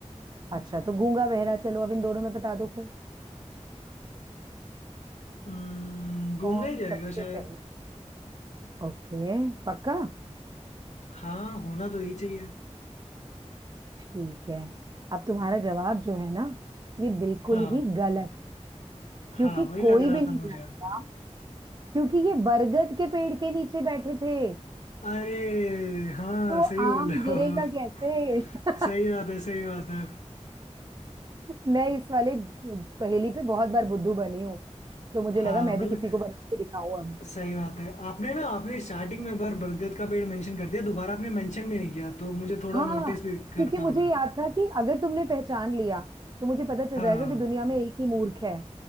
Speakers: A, on the right; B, on the left.
A: अच्छा तो गूंगा बहरा चलो अब इन दोनों में बता दो फिर
B: हम्म, गूंगा
A: कौन
B: ही जाएगा
A: सबसे
B: शायद
A: पहले ओके पक्का
B: हाँ होना तो ही चाहिए
A: ठीक है अब तुम्हारा जवाब जो है ना ये बिल्कुल
B: हाँ
A: ही गलत
B: हाँ
A: क्योंकि
B: वही
A: कोई
B: लग रहा
A: भी नहीं
B: था मुझे
A: जानता क्योंकि ये बरगद के पेड़ के नीचे बैठे थे
B: अरे हाँ
A: तो
B: सही
A: आम
B: बोल रहे
A: गिरेगा
B: हो आप
A: कैसे <laughs>
B: सही बात है सही बात है
A: मैं इस वाले पहेली पे बहुत बार बुद्धू बनी हूँ तो मुझे
B: हाँ
A: लगा मैं
B: मतलब
A: भी किसी को बना के दिखाऊं अब
B: सही बात है आपने ना आपने स्टार्टिंग में एक बार बरगद का पेड़ मेंशन कर दिया दोबारा आपने मेंशन भी नहीं किया तो मुझे थोड़ा
A: हाँ
B: नोटिस भी
A: क्योंकि
B: करता
A: मुझे
B: मैं
A: याद था कि अगर तुमने पहचान लिया तो मुझे पता चल
B: हाँ
A: जाएगा कि दुनिया में एक ही मूर्ख है